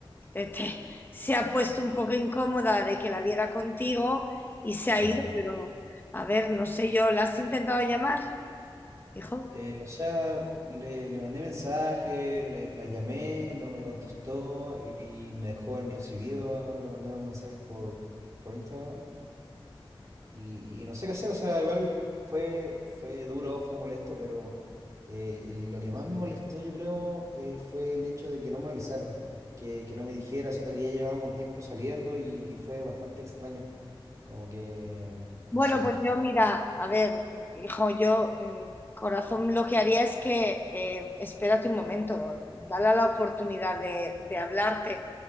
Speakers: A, on the left (about 20°); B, on the right (about 35°).
A: te- te- se ha puesto un poco incómoda de que la viera contigo y se ha
B: Claro.
A: ido, pero a ver, no sé yo, ¿la has intentado llamar, hijo?
B: Eh, o sea, le, le mandé mensaje, le- la llamé, no me contestó y, y me dejó en recibido, le mandé unos mensajes por, por Instagram Y, y no sé qué hacer, o sea, igual fue, fue duro, fue molesto, pero eh, lo que más me molestó, yo creo, eh, fue el hecho de que no me avisara, que, que no me dijera, siendo que ya llevábamos un tiempo saliendo y, y fue bastante extraño. Como que, no
A: Bueno,
B: sé,
A: pues yo
B: no, sé,
A: mira, a ver, hijo, yo mm, corazón lo que haría es que eh, espérate un momento, dale la oportunidad de, de hablarte,